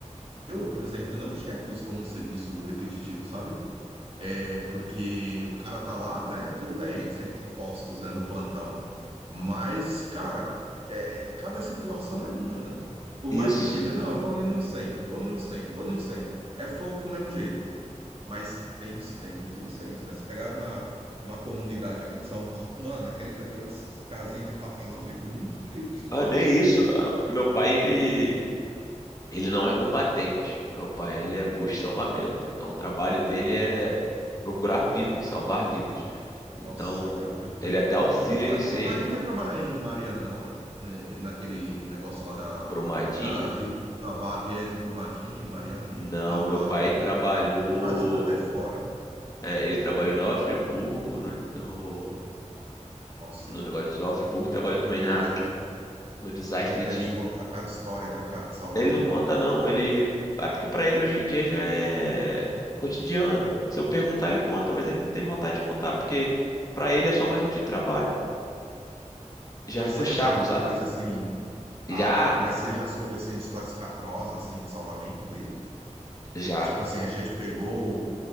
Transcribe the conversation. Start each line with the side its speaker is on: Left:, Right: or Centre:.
Right: eu, por exemplo, eu não enxergo isso como um serviço repetitivo, sabe? É porque o cara tá lá, né? Tudo bem, eles sempre postos, né, no plantão. Mas, cara, é, cada situação é uma, né? Por
Left: Isso.
Right: mais que diga, não, eu vou ali no incêndio, vou no incêndio, vou no incêndio. É fogo do mesmo jeito. mas tem incêndios e incêndios, né? Se pegar numa, numa comunidade aqui de São Paulo, mano, aqueles, aquelas casinhas de papelão vai tudo embora. E o cara
Left: Ah,
Right: tá
Left: nem
Right: ali.
Left: isso. Ah, Porque meu pai, ele. Ele não é combatente. Meu pai, ele é busca e salvamento. Então, o trabalho dele é procurar vidas, salvar vidas. Então,
Right: Nossa, cara, teu pai,
Left: ele até auxilia
Right: teu pai,
Left: em incêndio.
Right: teu pai não foi trabalhar em Mariana, não, né? Né, Naquele negócio lá da,
Left: Brumadinho?
Right: da, Ri- da Vale, é de Brumadinho, Mariana,
Left: Não,
Right: na
Left: meu
Right: Vale,
Left: pai
Right: não,
Left: trabalhou.
Right: né? Teve ajuda até de fora, né?
Left: é, ele trabalhou em Nova Friburgo, no, no,
Right: Nossa,
Left: no negócio de Nova Friburgo, e trabalhou também
Right: ele
Left: na,
Right: deve,
Left: no desastre
Right: ele deve te contar cada história, né, cara, de salvamento.
Left: Ele não conta, não. Ele. É porque pra ele hoje em dia já é cotidiano. Se eu perguntar, ele conta, mas ele não tem vontade de contar, porque pra ele é só mais um dia de trabalho. Já
Right: Mas
Left: ficou
Right: você
Left: chato,
Right: já perguntou
Left: sabe?
Right: coisa assim, Ah,
Left: Já,
Right: tá. Mas você já soube, assim, de história escabrosa, assim, de salvamento dele?
Left: já.
Right: Tipo assim, a gente pegou